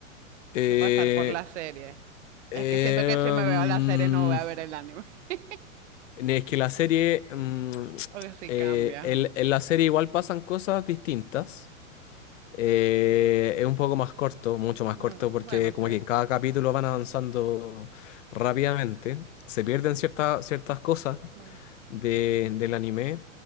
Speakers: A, on the left; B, on the right.
A: Eh,
B: que pasar por Sí. la serie.
A: eh,
B: Es que siento que si me
A: mm,
B: veo la serie no voy a ver el anime. <laughs>
A: es que la serie, mm,
B: O que sí
A: eh,
B: cambia
A: el-
B: mucho.
A: en la serie igual pasan cosas distintas. Eh, es un poco más corto, mucho más
B: Mm,
A: corto, porque
B: bueno,
A: como
B: sí.
A: que en cada capítulo van avanzando rápidamente. Se pierden ciertas ciertas cosas
B: Claro.
A: de- del anime.